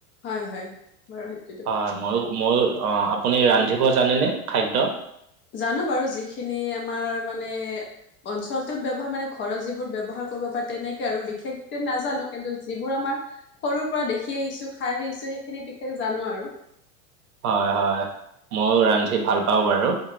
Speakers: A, on the left (about 25°); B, on the right (about 80°).
A: হয় হয়। বাৰু সেই
B: হয় মইয়ো মইয়ো অ' আপুনি ৰান্ধিব জানেনে, খাদ্য?
A: জানো বাৰু যিখিনি আমাৰ মানে অঞ্চলটোত ব্যৱহাৰ মানে ঘৰত যিবোৰ ব্যৱহাৰ কৰিব পাই তেনেকে আৰু বিশেষকে নাজানো কিন্তু যিবোৰ আমাৰ সৰুৰ পৰা দেখি আহিছোঁ, খাই আহিছোঁ সেইখিনি বিশেষ জানো আৰু।
B: হয় হয়, মইও ৰান্ধি ভাল পাওঁ বাৰু